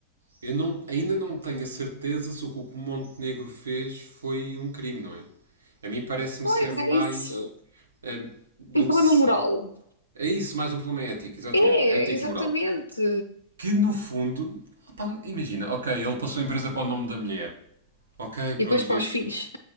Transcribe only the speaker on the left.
Pois
é isso.
Um problema
moral.
É,
exatamente.
E depois para
os filhos.